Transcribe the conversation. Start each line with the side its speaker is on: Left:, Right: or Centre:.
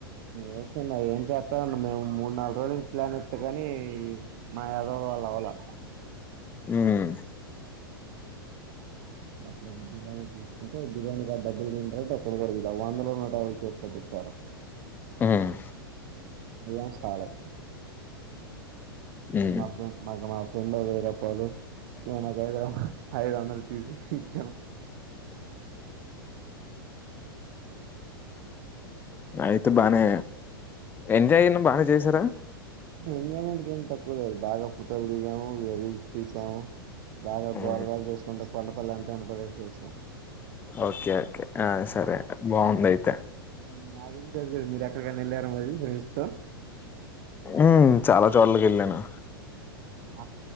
Right: వసమా ఏం చెస్తామండి మేము మూడు నాలుగు రోజుల నుంచి ప్లాన్ ఇస్తా కాని మా ఎదవల వల్ల అవ్వాలా
Left: ఆమ్
Right: అప్పుడు <unintelligible> బిర్యానీ కాడా డబ్బులు తింటారు డబ్బు ఇది వరుగు వందలో నూట యాభై చేతులోపెట్టారు
Left: ఉమ్
Right: బియ్యం సాలవ్
Left: ఉమ్.
Right: మాఫ్రెండ్ మాగా మాఫ రెండో వేయి రూపాయలు నేను ఒక ఐదు ఐదు వందలు తీసి ఇచ్చాం
Left: అయితే బానే ఎంజాయ్ అయినా బానే చేసారా
Right: ఎంజాయ్మెంట్ ఏం తక్కువ లేదు బాగా ఫోటోలు దిగాము రీల్స్ తీసాము బాగా
Left: ఉమ్,
Right: గోల గోల చేసుకుంటూ కొండపల్లి అంతా వినపడే అట్టు చేసినం
Left: ఓకే ఓకే ఆ సరే బాగుంది అయితే
Right: నాగురించి వద్దులెండి మీరు ఎక్కడికైనా వెళ్ళారా మరి ఫ్రెండ్స్ తో
Left: ఉమ్ చాలా చోట్లకి వెళ్ళాను
Right: <unintelligible>